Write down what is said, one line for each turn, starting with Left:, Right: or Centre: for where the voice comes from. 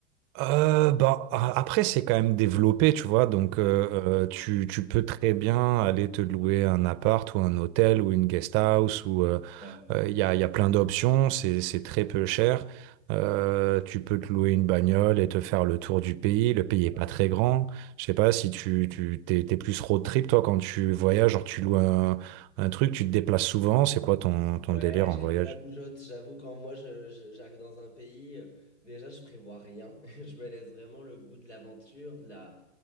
Right: Euh, bah, a- après, c'est quand même développé, tu vois. Donc, euh,
Left: ouais,
Right: euh, tu, tu peux très bien aller te louer un appart ou un hôtel ou une guest house ou euh,
Left: ouais,
Right: euh, il y a, il y a plein d'options. C'est, c'est très peu cher. Euh, tu peux te louer une bagnole et te faire le tour du pays. Le pays est
Left: ouais.
Right: pas très grand. Je sais pas si tu, tu t'es, t'es plus road trip, toi, quand tu voyages, genre tu loues un, un truc, tu te déplaces souvent. C'est quoi ton, ton
Left: Ouais,
Right: délire
Left: j'ai
Right: en voyage?
Left: un peu la bougeotte. J'avoue, quand moi je- je- j'arrive dans un pays, euh, déjà je prévois rien. <laughs> Je me laisse vraiment le goût de l'aventure, de la,